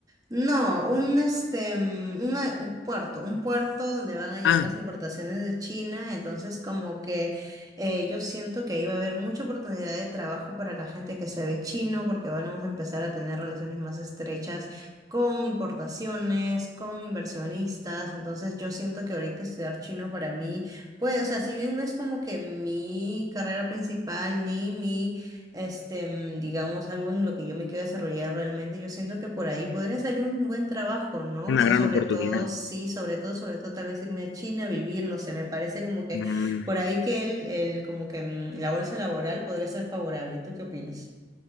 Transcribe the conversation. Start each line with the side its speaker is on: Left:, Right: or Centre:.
Right: no, un este, mm, una- un puerto, un puerto donde van a llegar
Left: ah,
Right: las importaciones de China, entonces como que eh, yo siento que ahí va a haber mucha oportunidad de trabajo para la gente que se ve chino, porque bueno, vamos a empezar a tener relaciones más estrechas con importaciones, con inversionistas, entonces yo siento que ahorita estudiar chino para mí, pues, o sea, si bien no es como que mi carrera principal ni mi este, mm, digamos, algo en lo que yo me quiero desarrollar realmente, yo siento que por ahí podría salir un buen trabajo, ¿no?
Left: una
Right: O sea,
Left: gran
Right: sobre
Left: oportunidad.
Right: todo, sí, sobre todo, sobre todo, tal vez irme a China a vivir, no sé, me parece como que
Left: Mm,
Right: por ahí que el, el como que mm, la bolsa laboral podría ser favorable. ¿Tú qué opinas?